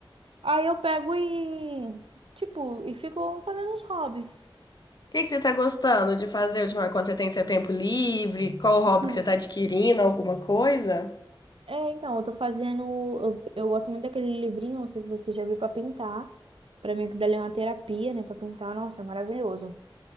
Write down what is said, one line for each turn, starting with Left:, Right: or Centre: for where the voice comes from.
Right: Aí eu pego e, tipo, e fico fazendo os hobbies.
Left: O que que você tá gostando de fazer ultimamente, quando você tem seu tempo livre? Qual hobby
Right: <laughs>
Left: que você tá adquirindo? Alguma coisa?
Right: É, então, eu tô fazendo. Eu, eu gosto muito daquele livrinho, não sei se você já viu pra pintar. Pra mim, que dali é uma terapia, né? Pra pintar, nossa, é maravilhoso.